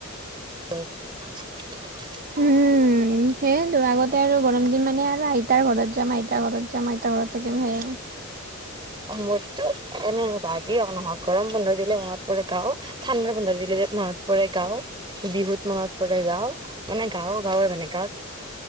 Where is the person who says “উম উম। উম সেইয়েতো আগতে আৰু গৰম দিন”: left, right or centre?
Right